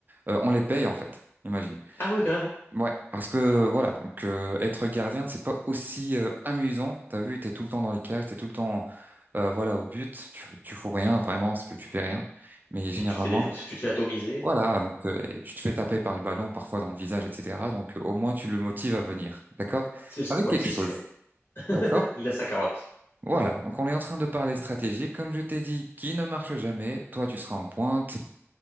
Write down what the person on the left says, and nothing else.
Ah ouais, carrément.
Et tu te fais défoncer, tu te fais atomiser.
C'est,
ouais,
c'est sûr.
Il a sa carotte.